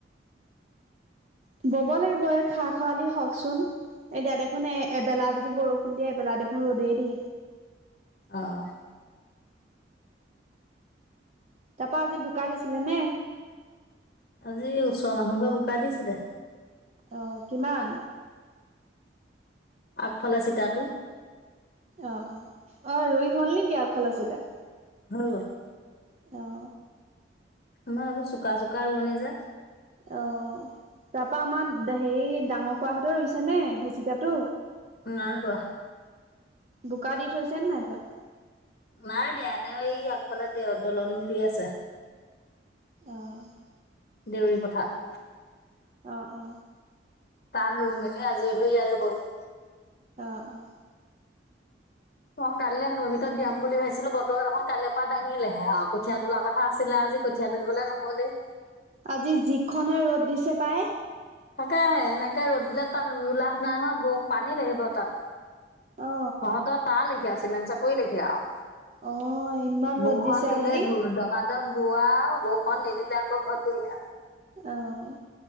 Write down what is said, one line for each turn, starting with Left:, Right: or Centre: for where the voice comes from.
Right: ব'ব লাগিব এই খাৰ খৰালী হওকচোন। এতিয়া দেখোন এ এবেলা যদি বৰষুণ দিয়ে এবেলা দেখোন ৰ'দেই দিয়ে।
Left: অ অ।
Right: তা পা আজি বোকা দিছিলে নে
Left: আজি ওচৰৰ মানুহ ঘৰ বোকা দিছিলে।
Right: অ কিমান?
Left: আগফালে চিতাটো।
Right: অ অ অ ৰুই হল নেকি আফালৰ চিতা
Left: হয় গল।
Right: অ
Left: আমাৰ এইোৰ চোকা চোকা ৰোৱনি যে।
Right: অ তা পা আমাৰ হেৰি ডাঙৰ খোৱাহঁতে ৰুইছে নে হেচিকাটো।
Left: নাই ৰোৱা।
Right: বোকা দি থৈছেনে নাই ঠুৱা?
Left: নাই দিয়া এনে এই আগফালে দে দলন ধুই আছে।
Right: অঁ।
Left: দেউৰী পথাত।
Right: অ অ।
Left: তাত ৰুই মেলি আজৰি হৈ ইয়াত ৰুবহি।
Right: অঁ অঁ।
Left: মই কাইলৈ নৈ ভিতৰত দিয়াম বুলি ভাবিছিলো বতৰ এখন কালৈৰ পৰা দাঙিলেহে আৰু কঠীয়া তোলা কথা আছিলে আজি। কঠীয়া তুলবলে নহ'লেই।
Right: আজি যিখনহে ৰ'দ দিছে পাই।
Left: তাকে হে এনেকে ৰ'দ দিলে তাত ৰুই লাভ নাই নহয়, ব পানী লাগিব তাত।
Right: অ
Left: তহঁতৰ তাৰ লিখে আছে আও মেন চাপৰি লেখিয়ে আও
Right: অ ইমান ৰ'দ
Left: বৰষুন
Right: দিছে
Left: দিলে
Right: আজি
Left: ধুৰ দবাত। একদম ৰোৱা বৰষন নিদিলে আকৌ ঘৰত বহি থাক।
Right: অঁ